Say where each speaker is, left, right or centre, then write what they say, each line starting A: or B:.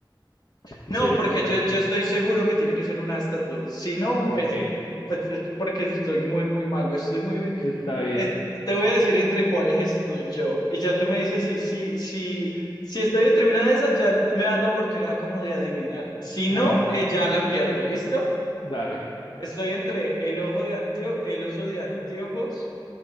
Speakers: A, on the left; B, on the left.
A: Si
B: No,
A: quieres,
B: porque
A: te las
B: yo,
A: doy.
B: yo estoy seguro que tiene que ser una de estas dos. Si no,
A: Ok,
B: pues, pues es porque estoy muy, muy malo. Estoy muy,
A: está bien.
B: Es- te voy a decir entre cuáles estoy yo. Y ya tú me dices si, si, si, si estoy entre una de esas, ya me das la oportunidad como de adivinar. Si
A: Bueno,
B: no, eh, ya la pierdo, ¿listo?
A: dale.
B: Estoy entre el ojo de Antio, el oso de anteojos